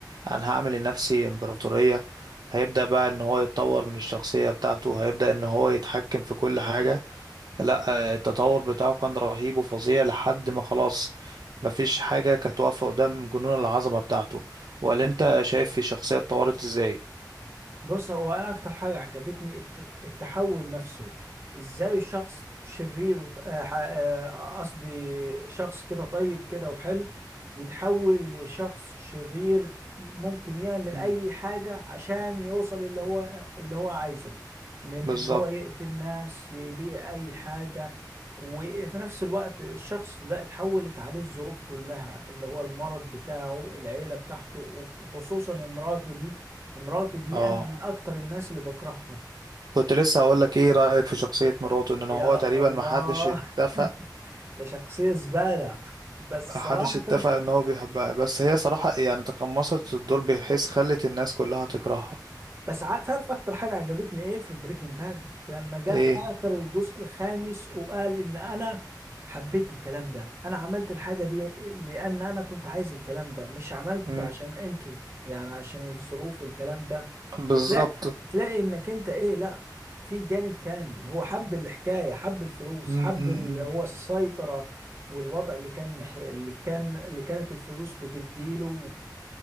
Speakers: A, on the right; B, on the right.
A: انا هعمل لنفسي امبراطورية هيبدأ بقى ان هو يتطور من الشخصية بتاعته هيبدأ ان هو يتحكم في كل حاجة لا آه، التطور بتاعه كان رهيب وفظيع لحد ما خلاص مفيش حاجة كانت واقفة قدام جنون العظمة بتاعته ولا انت شايف الشخصية اتطورت ازاي
B: بص هو انا اكتر حاجه عجبتني الت- التحول نفسه ازاي شخص شرير وط- آه، ح- آه، قصدي شخص كده طيب كده وحلو يتحول لشخص شرير ممكن يعمل
A: مم.
B: اي حاجه عشان يوصل اللي هو اللي هو عايزه من
A: بالظبط
B: ان هو يقتل ناس يبيع اي حاجه وفي نفس الوقت الشخص ده اتحولت عليه الظروف كلها اللي هو المرض بتاعه العيله بتاعته وخصوصا مراته دي مراته دي
A: اه
B: انا من اكتر الناس اللي بكرهها
A: كنت لسه هقول لك
B: شخص
A: ايه رأيك في شخصية مراته ان
B: يا
A: هو تقريبا
B: الله
A: ما حدش اتفق
B: <laughs> ده شخصية زبالة بس
A: محدش
B: صراحة
A: اتفق ان هو بيحبها بس هي صراحة يعني تقمصت الدور بحيث خلت الناس كلها تكرهها
B: بس ع- تعرف اكتر حاجه عجبتني ايه في بريكنج باد لما جه
A: ايه
B: في اخر الجزء الخامس وقال ان انا حبيت الكلام ده انا عملت الحاجه دي لان انا كنت عايز الكلام ده مش عملت
A: مم.
B: عشان انتوا يعني عشان الظروف والكلام ده
A: بالظبط
B: تلاقي تلاقي انك انت ايه لا في جانب تاني هو حب الحكايه حب الفلوس
A: مم،
B: حب
A: مم،
B: ال...
A: مم.
B: هو السيطره والوضع اللي كان مح... اللي كان اللي كانت الفلوس بتديله